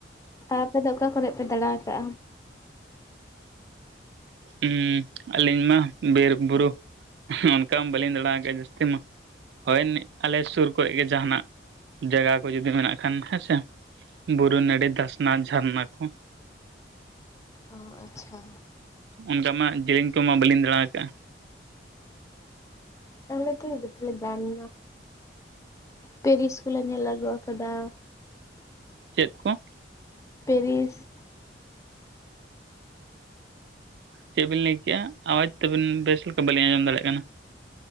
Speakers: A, on the left (about 15°); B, on the right (about 65°).
A: ᱟᱨ ᱟᱯᱮ ᱫᱚ ᱚᱠᱟ ᱠᱚᱨᱮ ᱯᱮ ᱫᱟᱲᱬᱟ ᱟᱠᱟᱜᱼᱟ?
B: ᱩᱸᱻ ᱟᱹᱞᱤᱧ ᱢᱟ ᱵᱤᱨ ᱵᱩᱨᱩ ᱚᱱᱠᱟ ᱵᱟᱹᱞᱤᱧ ᱫᱟᱬᱟ ᱠᱟᱜᱼᱟ ᱡᱟᱹᱥᱛᱤ ᱢᱟ ᱾ ᱦᱳᱭ ᱟᱞᱮ ᱥᱩᱨ ᱠᱚᱨᱮ ᱜᱮ ᱡᱟᱦᱟᱱᱟᱜ ᱡᱟᱭᱜᱟ ᱠᱚ ᱡᱩᱫᱤ ᱢᱮᱱᱟᱜ ᱠᱷᱟᱱ ᱦᱮᱸᱥᱮ ᱵᱩᱨᱩ ᱱᱟᱹᱲᱤ ᱫᱷᱟᱥᱱᱟ ᱡᱷᱟᱨᱱᱟ ᱠᱚ᱾
A: ᱚ ᱟᱪᱪᱷᱟ
B: ᱚᱱᱠᱟ ᱢᱟ ᱡᱮᱧᱮᱧ ᱠᱚᱢᱟ ᱵᱟᱹᱞᱤᱧ ᱫᱟᱬᱟᱣ ᱠᱟᱜᱼᱟ᱾
A: ᱟᱞᱮ ᱫᱚ <unintelligible> ᱯᱮᱨᱤᱥ ᱠᱚᱞᱮ ᱧᱮᱞ ᱟᱹᱜᱩ ᱟᱠᱟᱫᱟ᱾
B: ᱪᱮᱫ ᱠᱚ?
A: ᱯᱮᱨᱤᱥ
B: ᱪᱮᱜ ᱵᱤᱱ ᱞᱟᱹᱭ ᱠᱮᱜᱼᱟ ᱟᱣᱟᱡᱽ ᱛᱟᱵᱮᱱ ᱵᱮᱥ ᱞᱮᱠᱟ ᱵᱟᱹᱞᱤᱧ ᱟᱸᱡᱚᱢ ᱫᱟᱲᱮᱜ ᱠᱟᱱᱟ᱾